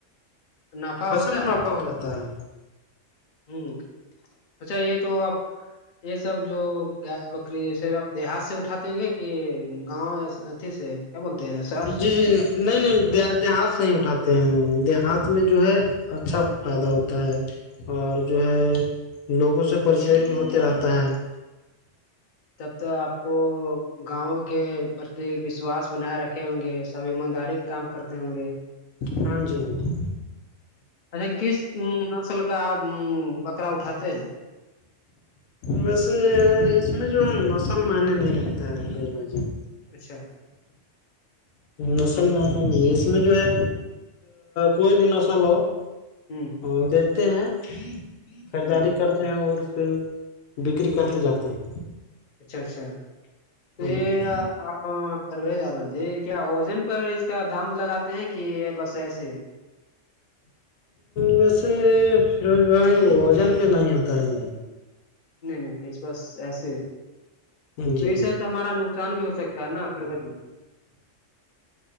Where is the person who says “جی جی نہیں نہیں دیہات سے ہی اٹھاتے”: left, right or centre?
Left